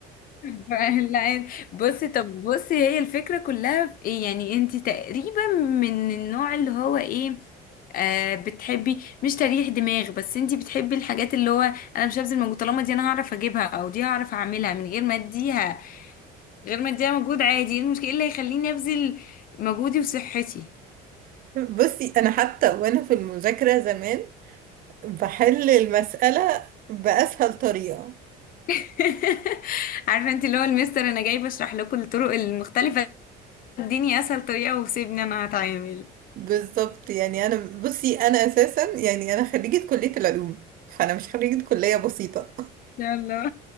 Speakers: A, on the left; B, on the right.
A: لا بصي طب بصي هي الفكره كلها في ايه يعني انت تقريبا من النوع اللي هو ايه آه بتحبي مش تريح دماغ بس انتي بتحبي الحاجات اللي هو انا مش هبذل مجهود طالما دي انا هعرف اجيبها او دي هعرف اعملها من غير ما اديها من غير ما اديها مجهود عادي ايه المشكله إيه اللي هيخليني ابذل مجهودي وصحتي
B: بصي أنا حتى وأنا في المذاكرة زمان بحل المسألة بأسهل طريقة
A: <laughs> عارفه انت اللي هو المستر انا جاي بشرح لكم الطرق المختلفه اديني اسهل طريقه وسيبني انا هتعامل
B: بالظبط يعني انا بصي انا اساسا يعني انا خريجة كلية العلوم فانا مش خريجة كلية بسيطة
A: يلا